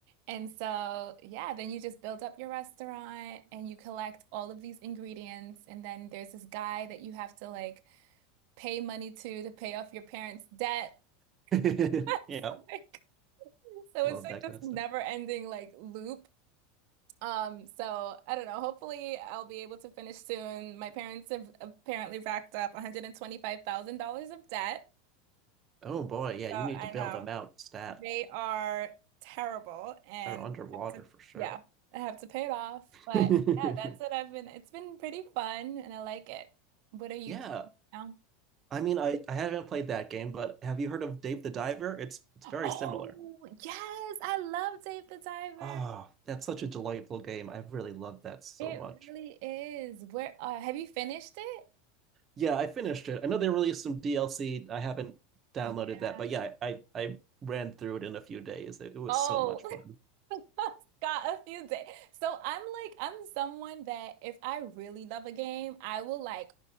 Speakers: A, on the right (about 45°); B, on the right (about 20°).
A: And so, yeah, then you just build up your restaurant and you collect all of these ingredients. And then there's this guy that you have to like pay money to to pay off your parents' debt.
B: <laughs>
A: <laughs> It's
B: Yeah,
A: like- so
B: love
A: it's like
B: that
A: this
B: kind of
A: never-ending
B: stuff.
A: like loop. Um, so I don't know. Hopefully, I'll be able to finish soon. My parents have apparently racked up $125,000 of debt.
B: Oh boy, yeah, you
A: So I
B: need to bail
A: know.
B: them out, stat.
A: They are terrible and
B: They're underwater
A: I have to,
B: for sure.
A: yeah, I have to pay it off. But
B: <laughs>
A: yeah, that's what I've been, it's been pretty fun and I like it. What are you
B: Yeah,
A: playing now?
B: I mean, I, I haven't played that game, but have you heard of Dave the Diver? It's it's very
A: Oh,
B: similar.
A: yes, I love Dave the Diver.
B: Oh, that's such a delightful game. I really love that so
A: It
B: much.
A: really is. Where uh, have you finished it?
B: Yeah, I finished it. I know they released some DLC. I haven't downloaded
A: Like, Yeah.
B: that, but yeah, I I ran through it in a few days. It, it was
A: Oh,
B: so much fun.
A: <laughs> got a few days. So I'm like, I'm someone that if I really love a game, I will like